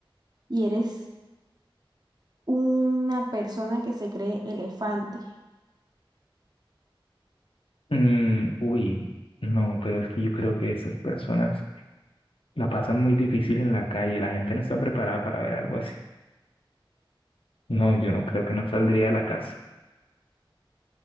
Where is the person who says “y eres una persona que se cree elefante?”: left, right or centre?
Right